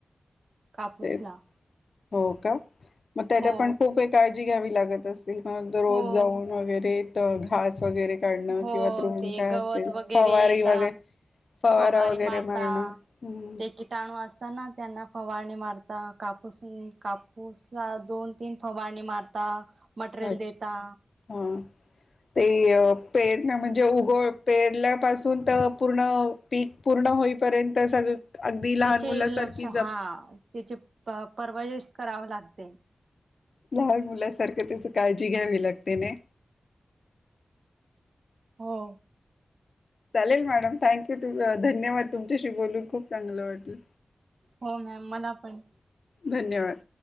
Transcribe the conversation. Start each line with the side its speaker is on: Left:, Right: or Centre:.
Right: कापूसला
Left: ते हो का? मग त्याच्या
Right: हो
Left: पण खूप काळ जी घ्यावी लागत अस दुकानात रोज
Right: हो.
Left: जाऊन वगैरे त घास वगैरे काढणं
Right: हो
Left: किंवा तृण
Right: ते
Left: काय
Right: गवत
Left: असेल
Right: वगैरे
Left: फवारी
Right: येत
Left: वगैरे फवारा
Right: फवारी
Left: वगैरे
Right: मारता
Left: मारणं हम्म
Right: ते किटाणू असतना त्यांना फवारणी मारत ता कापूस, कापूस ला दोन तीन फवारणी मारता मटेरियल
Left: अच्छा
Right: देता!
Left: हा ते पेरन्या म्हणजे उघ पेरल्यापासून तर पूर्ण पीक पूर्ण होईपर्यंत सगळं अगदी लहान
Right: त्याचे
Left: मुलासारखी
Right: लक्ष
Left: जप
Right: हा त्याचे परवा करावं लागते.
Left: लहान मुलासारखं त्याची काळजी घ्यावी लागते नाय?
Right: हो!
Left: चालेल मॅडम थँक्यू धन्यवाद तुमच्याशी बोलून खूप चांगलं वाटेल.
Right: हो मॅम मला पण!
Left: धन्यवाद.